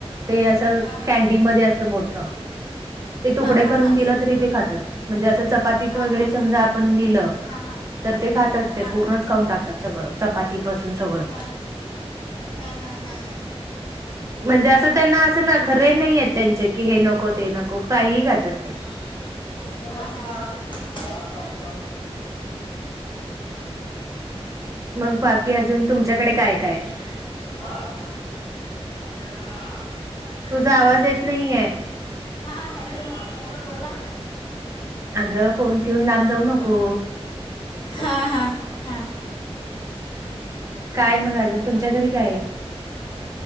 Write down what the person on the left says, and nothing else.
हां हां
हां
हां हां
हां
हां
हां हां
हां
हां
हां
हा हा हा हा
<inaudible> <unintelligible>
हा <unintelligible>
हां हॅलो हॅलो बोला
हा हा हा